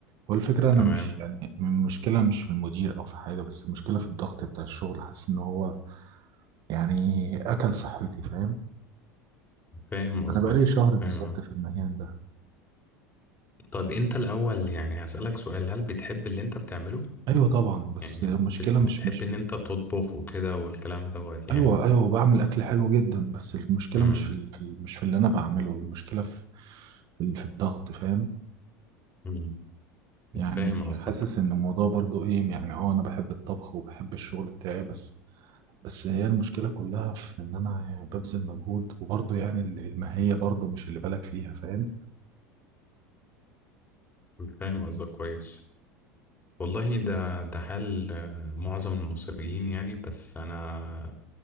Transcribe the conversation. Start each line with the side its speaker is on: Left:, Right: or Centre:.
Right: والفكرة أنا
Left: تمام
Right: مش يعني المشكلة مش في المدير أو في حاجة بس المشكلة في الضغط بتاع الشغل حاسس إن هو يعني أكل صحتي فاهم
Left: فاهم قصدك
Right: أنا بقالي شهر بالظبط
Left: فاهم اه
Right: في المكان ده
Left: طيب انت الاول يعني هسألك سؤال هل بتحب اللي انت بتعمله
Right: أيوة طبعا بس
Left: يعني
Right: المشكلة
Left: بت-
Right: مش
Left: بتحب
Right: مش
Left: ان انت تطبخ وكده والكلام دوت يعني
Right: أيوة أيوة بعمل أكل حلو جدا بس المشكلة
Left: امم
Right: مش في, ال... في ال... مش في اللي أنا بعمله المشكلة في في, ال... في الضغط فاهم
Left: امم
Right: يعني
Left: فاهم قصدك
Right: حاسس إن الموضوع برضو إيه يعني أه أنا بحب الطبخ وبحب الشغل بتاعي بس بس هي المشكلة كلها في إن أنا يعني ببذل مجهود وبرضه يعني ال- الماهية برضه مش اللي بالك فيها فاهم؟
Left: فاهم قصدك كويس والله ده ده حال آه، معظم المصريين يعني بس أنا